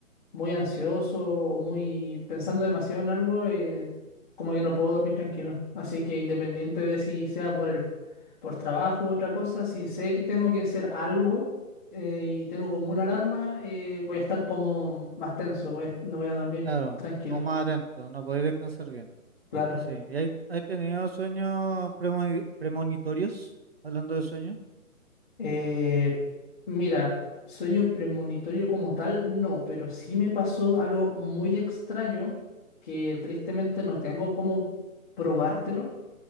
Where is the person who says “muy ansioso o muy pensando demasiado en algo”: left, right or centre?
Left